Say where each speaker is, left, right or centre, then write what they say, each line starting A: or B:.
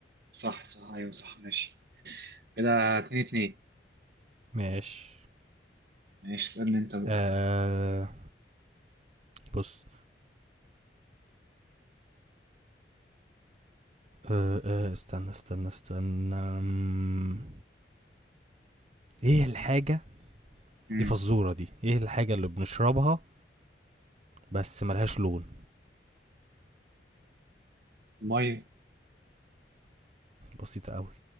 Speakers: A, on the right; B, on the right.
A: صح صح ايوه صح ماشي كده اتنين اتنين
B: ماشي
A: ماشي اسألني انت بقى
B: آه بص آه آه استنى استنى استنى أمم، ايه الحاجه
A: امم
B: دي فزورة دي ايه الحاجة اللي بنشربها بس ملهاش لون
A: المية
B: بسيطة قوي